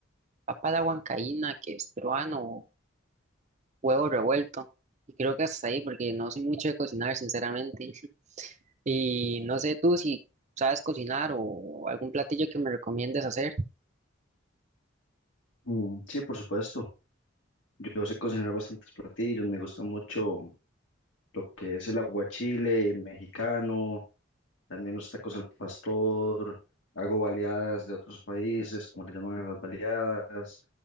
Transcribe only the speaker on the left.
Mm, sí, por supuesto. Yo sé cocinar bastantes platillos, me gusta mucho lo que es el aguachile mexicano, también los tacos al pastor, hago baleadas de otros países, como le llaman a las baleadas.